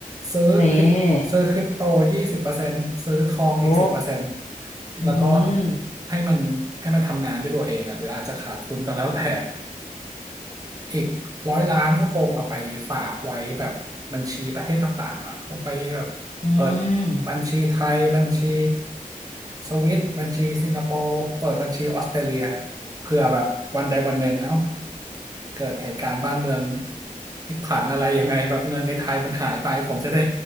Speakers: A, on the right; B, on the left.
A: ซื้อคริปซื้อคริปโตยี่สิบเปอร์เซ็นต์ซื้อทองอีกสิบเปอร์เซ็นต์
B: อนี่โอ้อือหือ
A: แล้วก็ให้มันให้มันทำงานด้วยตัวเองอะหรืออาจจะขาดทุนก็แล้วแต่ อีกร้อยล้านก็คงเอาไปฝากไว้แบบบัญชีประเทศต่างๆอ่ะเอาไปแบบเปิด
B: อืม
A: บัญชีไทยบัญชีสวิตบัญชีสิงคโปร์เปิดบัญชีออสเตรเลียเผื่อแบบวันใดวันหนึ่งเอ้าเกิดเหตุการณ์บ้านเมืองพลิกผันอะไรยังไงแบบเงินในไทยมันหายไปผมจะได้